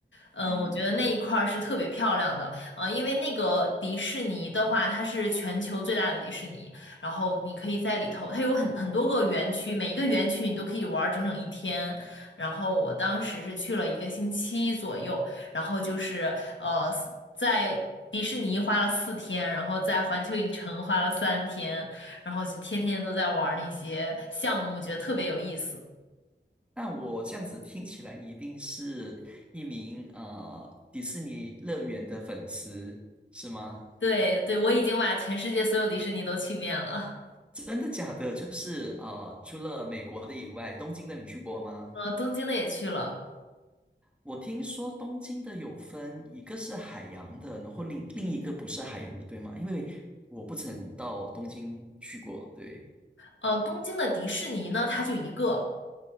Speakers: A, on the left (about 70°); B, in the centre.
A: 嗯，
B: 嗯，
A: 呃我觉得那一块儿是特别漂亮的，呃，因为那个迪士尼的话，它是全球最大的迪士尼，然后你可以在里头，它有很很多个园区，每一个园区你都可以玩儿整整一天。然后我当时是去了一个星期左右，然后就是呃在迪士尼花了四天，然后在环球影城花了三天，然后就天天都在玩儿那些项目，觉得特别有意思。
B: 那我这样子听起来，你一定是一名呃迪士尼乐园的粉丝，是吗？
A: 对对，我已经把全世界所有迪士尼都去遍了，
B: 真的假的？就是呃，除了美国的以外，东京的你去过吗？
A: 呃，东京的也去了，
B: 我听说东京的有分，一个是海洋的，然后另另一个不是海洋的，对吗？因为我不曾到东京去过，对。
A: 呃，东京的迪士尼呢，它就一个。